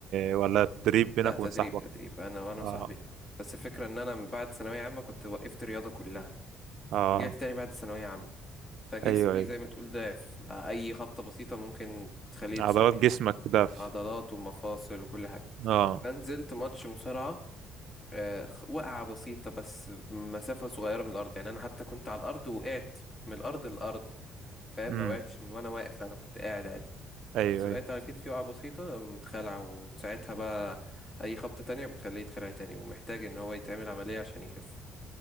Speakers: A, on the right; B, on the left.
A: ولا تدريب بينك
B: لا تدريب
A: وبين صاحبك
B: تدريب انا وانا
A: اه
B: وصاحبي بس الفكره ان انا من بعد ثانويه عامه كنت وقفت رياضه كلها
A: اه
B: رجعت تاني بعد ثانويه عامه فجسمي
A: ايوه ايوه
B: زي ما تقول ضعف بقى اي خبطه بسيطه ممكن تخليه يتصاب
A: عضلات جسمك ده في
B: عضلات ومفاصل وكل حاجه
A: اه
B: فنزلت ماتش مصارعه آه، خ- وقعه بسيطه بس مسافه صغيره من الارض يعني انا حتى كنت على الارض وقعت من الارض للارض فاهم
A: امم
B: ما وقعتش من وانا واقف لا انا كنت قاعد عادي
A: ايوه
B: سوقت
A: ايوه
B: على كتفي وقعة بسيطة متخلع وساعتها بقى أي خبطة تانية بتخليه يتخلع تاني ومحتاج إن هو يتعمل عملية عشان يخف